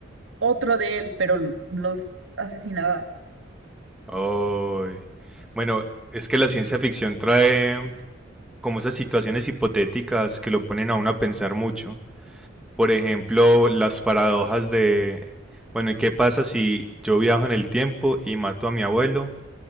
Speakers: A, on the right (about 80°); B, in the centre.
A: otro de él, pero l- los asesinaba.
B: Oh. Bueno, es que la ciencia ficción trae como esas situaciones hipotéticas que lo ponen a uno a pensar mucho. Por ejemplo, las paradojas de, bueno, ¿y qué pasa si yo viajo en el tiempo y mato a mi abuelo